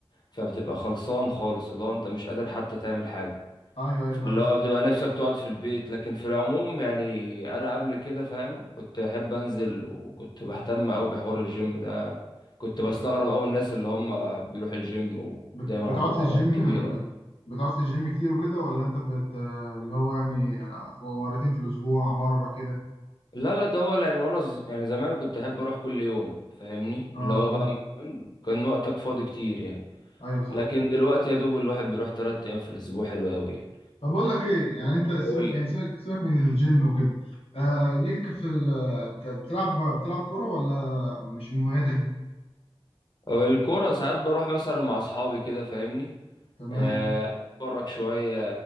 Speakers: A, on the left (about 45°); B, on the left (about 80°).
A: فبتبقى خلصان خالص اللي هو انت مش قادر حتى تعمل حاجة
B: أيوه أيوه
A: اللي
B: فاهمك
A: هو
B: صح
A: بتبقى نفسك تقعد في البيت لكن في العموم يعني انا قبل كده فاهم كنت بحب انزل وكنت بهتم قوي بحوار الجيم ده كنت بستغرب
B: بت-
A: قوي الناس اللي هم بيروح الجيم ودايما
B: بت- بتقعد
A: عندهم
B: في
A: عضلات
B: الجيم
A: كبيرة
B: بت- بتقعد في الجيم كتير وكده ولا أنت بت اللي هو يعني آه، مرتين في الأسبوع مرة كده
A: لا لا ده هو لان وانا ز... يعني زمان كنت احب اروح كل يوم فاهمني
B: أه
A: اللي هو
B: فاهم
A: بقى كان وقتك فاضي كتير يعني
B: أيوه صح
A: لكن دلوقتي يا دوب الواحد بيروح تلات ايام في الاسبوع حلو قوي يعني
B: طب اقول لك ايه يعني انت سيبك
A: قول
B: يعني
A: لي
B: سيبك سيبك من الجيم وكده آه ليك في ال بت- بتلعب بتلعب كوره ولا مش من هواياتك دي
A: الكرة ساعات بروح مثلا مع اصحابي كده فاهمني
B: تمام
A: آه، اتفرج شوية